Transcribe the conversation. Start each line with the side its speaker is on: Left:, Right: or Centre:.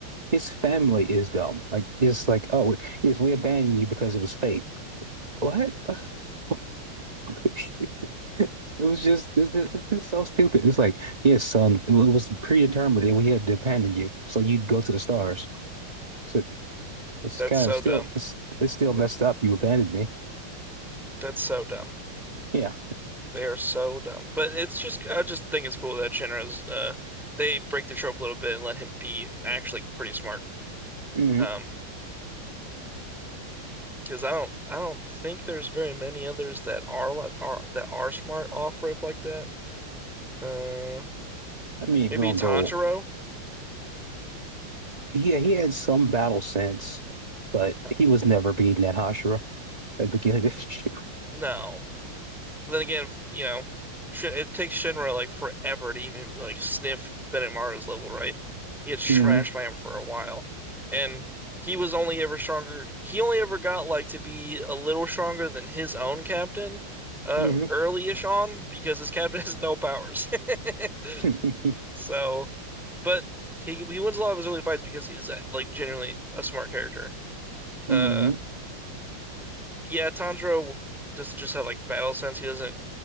Right: his family is dumb. Like it's like oh yes we abandoned you because it was fake. It's like, what? <laughs> It was just it's just, it's just so stupid. It's like yes son, it wa- it was predetermined that we had to abandon you so you'd go to the stars. So it's
Centre: That's
Right: kind
Centre: so
Right: of still
Centre: dumb.
Right: it's it's still messed up. You abandoned me.
Centre: That's so dumb.
Right: Yeah.
Centre: They are so dumb. But it's just I just think it's cool that Shinra's uh they break the trope a little bit and let him be actually pretty smart.
Right: hmm
Centre: Um, because I don't I don't think there's very many others that are li- are that are smart off rope like that. Uh,
Right: I mean,
Centre: maybe
Right: if you want
Centre: Tanjiro?
Right: to go, yeah, he had some battle sense, but
Centre: Ta-
Right: he was never beating that Hashira at the beginning of this <laughs>
Centre: no. But then again, f- you know, Sh- it takes Shinra like forever to even like sniff Benamaru's level, right? He gets trashed
Right: year.
Centre: by him for a while, and he was only ever stronger. He only ever got like to be a little stronger than his own captain, uh,
Right: hmm
Centre: early-ish on because his captain <laughs> has no powers. <laughs>
Right: hmm
Centre: So, but he he wins a lot of his early fights because he's uh, like genuinely a smart character. Uh,
Right: hmm <laughs>
Centre: yeah, Tanjiro does just have like battle sense. He doesn't